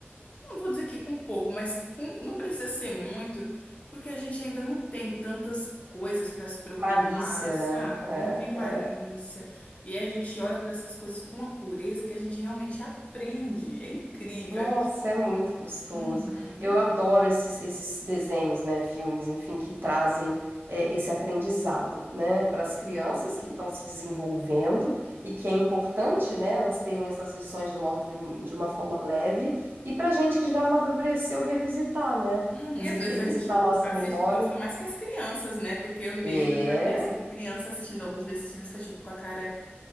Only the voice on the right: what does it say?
malícia,
né?
É. é.
Nossa,
é muito gostoso.
Eu adoro esses, esses desenhos, né, filmes, enfim, que trazem é, esse aprendizado, né, para as crianças
que estão se desenvolvendo e que é importante, né, elas terem essas lições de, mor- de um- de uma forma leve e para a gente que já amadureceu revisitar, né,
resi-
revisitar
a nossa
memória.
É